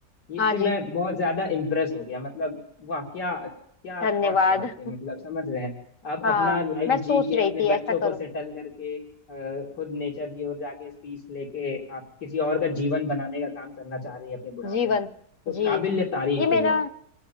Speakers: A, on the left (about 85°); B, on the left (about 55°).
A: ये- इससे
B: हाँ जी
A: मैं बहुत ज्यादा इम्प्रेस हो गया मतलब वाह क्या क्या
B: धन्यवाद
A: थॉट्स है आपके मतलब समझ रहे हैं आप अपना
B: हाँ
A: लाइफ
B: मैं सोच
A: जी के
B: रही
A: अपने
B: थी
A: बच्चों
B: ऐसा करूँ
A: को सेटल करके अ, खुद नेचर की ओर जाके पीस लेके आप किसी और का जीवन बनाने का काम करना चाह रही हैं अपने बुढ़ापे
B: जीवन
A: में तो
B: जी
A: काबिल तारीफ
B: ये मेरा
A: है ये